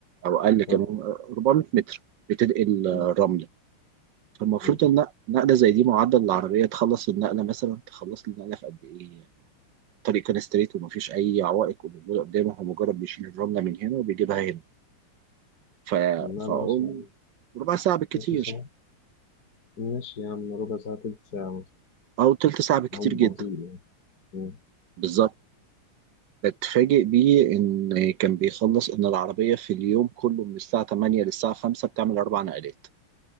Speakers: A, on the right; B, on the left.
A: أو أقل كمان
B: طيب.
A: 400 متر بتنقل
B: مم.
A: رملة فالمفروض
B: مم.
A: إن نقلة زي دي معدل العربية تخلص النقلة مثلا تخلص النقلة في قد إيه يعني الطريق كان ستريت ومفيش أي عوائق وموجودة قدامه هو مجرد بيشيل الرملة من هنا وبيجيبها هنا ف...
B: لا لا
A: فأقول
B: مثلا
A: ربع ساعة بالكتير
B: نص ساعة ماشي يا عم ربع ساعة تلت ساعة
A: أو تلت ساعة بالكتير
B: أقوم
A: جدا
B: بطيء يعني مم.
A: بالظبط اتفاجئ بيه إن كان بيخلص إن العربية في اليوم كله من الساعة 8 للساعة 5 بتعمل أربع نقلات